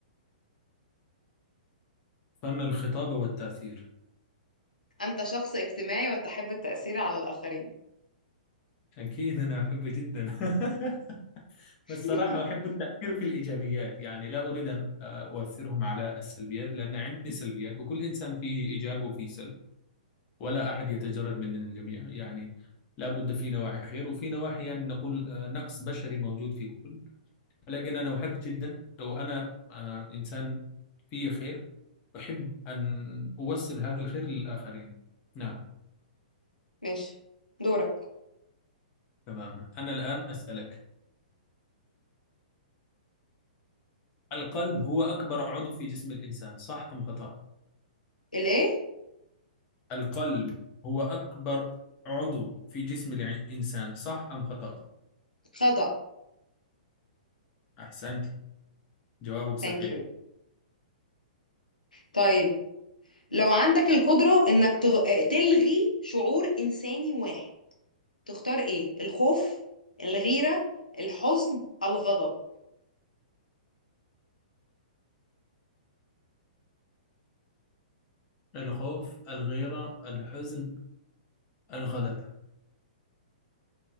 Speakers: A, on the left; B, on the left.
A: فن الخطابة والتأثير
B: أنت شخص اجتماعي وتحب التأثير على الآخرين
A: أكيد أنا أحبه جدا <laughs>
B: <laughs>
A: بالصراحة أحب التأثير في الإيجابيات يعني لا أريد أن أؤثرهم على السلبيات لأن عندي سلبيات وكل إنسان فيه إيجاب وفيه سلب ولا أحد يتجرد من الجميع يعني لا بد في نواحي خير وفي نواحي يعني نقول آه، نقص بشري موجود في كل لكن أنا أحب جدا لو أنا آه، إنسان فيه خير أحب أن أوصل هذا الخير للآخرين نعم
B: ماشي دورك
A: تمام أنا الآن أسألك القلب هو أكبر عضو في جسم الإنسان صح أم خطأ؟
B: الإيه؟
A: القلب هو أكبر عضو في جسم الإنسان صح أم خطأ؟
B: خطأ
A: أحسنت جوابك صحيح
B: thank you طيب لو عندك القدرة إنك تغ... تلغي شعور إنساني واحد تختار إيه؟ الخوف الغيرة الحزن الغضب
A: الخوف الغيرة الحزن الغضب